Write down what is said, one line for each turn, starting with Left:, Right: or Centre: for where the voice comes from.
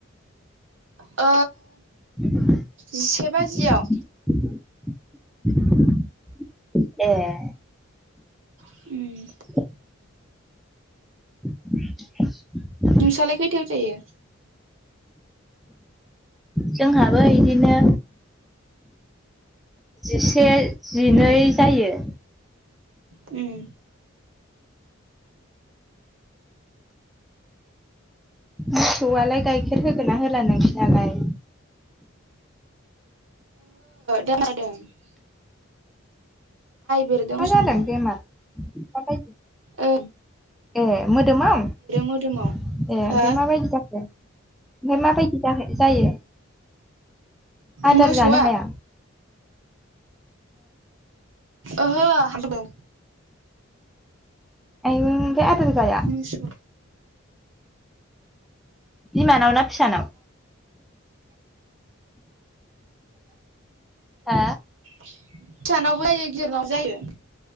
Right: ओ
Centre: <unintelligible>
Right: जिसे बाजियाव
Centre: ए <unintelligible>
Right: <unintelligible>
Centre: <inaudible> <unintelligible>
Right: नोंसलाय खैथायाव जायो
Centre: जोंहाबो बिदिनो जिसे जिनै
Right: उम
Centre: जायो
Right: उम
Centre: मोसौआलाय गाइखेर होगोन ना होला नोंसोरनाालाय
Right: दोनादों <inaudible> बेरदों
Centre: मा
Right: मोसौनाव
Centre: जादों बेमार माबायदि
Right: ओ
Centre: ए मोदोमाव ए
Right: मोदोमाव
Centre: ओमफ्राय
Right: हो
Centre: माबायदि जाखो ओमफफ्राय माबायदि जायो आदार
Right: मोसौआ
Centre: जानो हाया
Right: ओहो ह द
Centre: आयो आमफाय आदार जाया
Right: मसुर
Centre: बिमानाव ना फिसानाव हा
Right: फिसानावबो जायो गिरनाव जायो